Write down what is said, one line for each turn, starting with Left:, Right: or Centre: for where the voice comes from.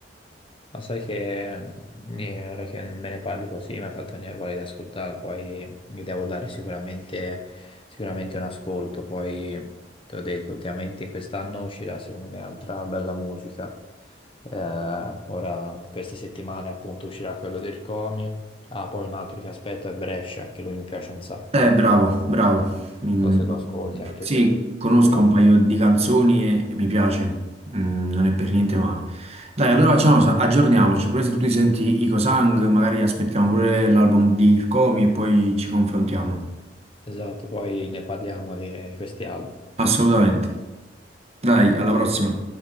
Left: Ma sai che mm, eh, ora che me ne parli così mi ha fatto venire voglia di ascoltarlo, poi mi devo dare sicuramente, sicuramente un ascolto, poi ti ho detto, ultimamente quest'anno uscirà secondo me altra bella musica. Eh, ora, queste settimane appunto uscirà quello del Comi, ah, poi un altro che aspetto è Brescia, anche lui mi piace un sacco,
Right: Eh,
Left: non
Right: bravo, bravo. Mi-
Left: so se lo ascolti anche
Right: Sì,
Left: tu, mi
Right: conosco
Left: piace.
Right: un paio di canzoni e, e mi piace. Mm, non è per niente male. Dai, allora facciamo una cosa, aggiorniamoci. Pure se tu ti senti Ico Sang, magari aspettiamo pure l'album di Ircomi e poi ci confrontiamo.
Left: Esatto, poi ne parliamo di, di questi album.
Right: Assolutamente. Dai, alla prossima.